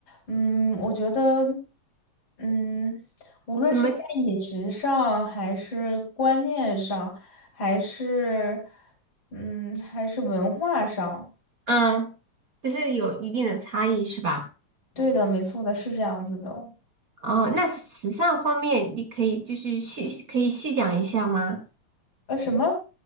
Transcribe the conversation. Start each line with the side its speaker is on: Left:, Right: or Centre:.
Left: 嗯，我觉得，嗯，无论是在饮食上，
Right: 怎么
Left: 还是观念上，还是，嗯，还是文化上，
Right: 嗯，就是有一定的差异是吧？
Left: 对的，没错的，是这样子的哦。
Right: 哦，那时尚方面你可以就是细可以细讲一下吗？
Left: 呃，什么？